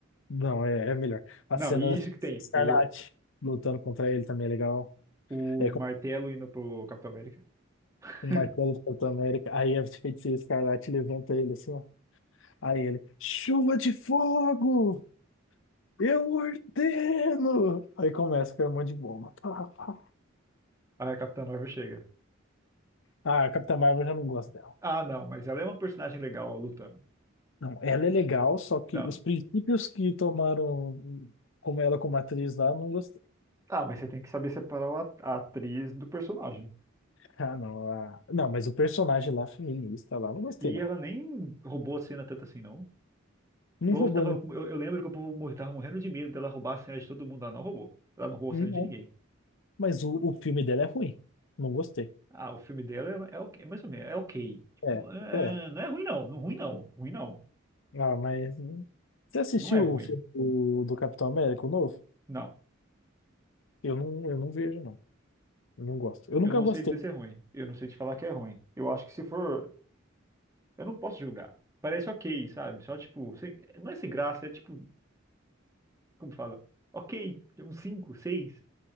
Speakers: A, on the left (about 65°); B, on the right (about 15°).
A: Não, é, é melhor. A
B: Não,
A: cena
B: e isso
A: da
B: que tem,
A: Escarlate
B: o,
A: lutando contra ele também é legal.
B: o
A: É com
B: martelo indo pro Capitão América. <laughs>
A: o Martelo do Capitão América. Aí a feiticeira Escarlate levanta ele assim, ó. Aí ele, chuva de fogo! Eu ordeno! Aí começa com um monte de bomba. Pá, pá.
B: Aí a Capitã Marvel chega.
A: Ah, a Capitã Marvel eu já não gosta dela.
B: Ah, não, mas ela é uma personagem legal lutando.
A: Não, ela é legal, só que
B: Tá,
A: os princípios que tomaram como ela como atriz lá, não gostei.
B: Tá, mas você tem que saber separar o at- a atriz do personagem.
A: Ah, não. ah, Não, mas o personagem lá, feminista lá, não gostei,
B: E
A: não.
B: ela nem roubou a cena tanto assim, não. O
A: Não
B: povo
A: roubou
B: tava, com- eu, eu lembro que o povo mor- tava morrendo de medo dela roubar a cena de todo mundo. Ela não roubou. Ela não roubou
A: Não,
B: a cena de ninguém.
A: mas o, o filme dela é ruim. Não gostei.
B: Ah, o filme dela é, é, ok- é mais ou menos, é ok. Tipo,
A: É,
B: é,
A: é.
B: é, não é ruim, não. Não ruim, não. Ruim, não.
A: Ah, mas. hum, Você assistiu
B: Não é ruim.
A: o filme do, do Capitão América, o novo?
B: Não.
A: Eu não, eu não vejo, não. Eu não gosto. Eu nunca
B: Eu não
A: gostei.
B: sei dizer se é ruim. Eu não sei te falar que é ruim. Eu acho que se for. Eu não posso julgar. Parece ok, sabe? Só tipo, sem- não é sem graça, é tipo. como fala? Ok, uns 5, 6,